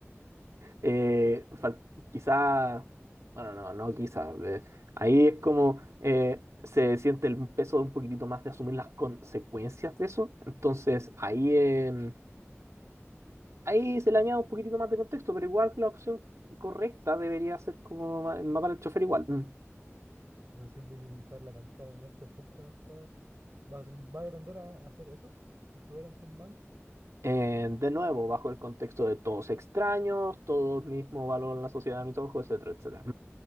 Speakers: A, on the right; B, on the right.
A: Eh, fal- quizá, bueno, no, no quizá. eh, ahí es como eh, se siente el peso de un poquitito más de asumir las consecuencias de eso. Entonces, ahí, em, ahí se le añade un poquitito más de contexto, pero igual que la opción correcta debería ser como ma- matar al chofer igual. Mm.
B: Entonces, sin minimizar la cantidad de muertes, siempre va a estar. ¿Vas, vas a tender a, a hacer eso? Si estuviera en tus manos.
A: Eh, de nuevo, bajo el contexto de todos extraños, todos mismo valor en la sociedad de mis ojos, etcétera, etcétera.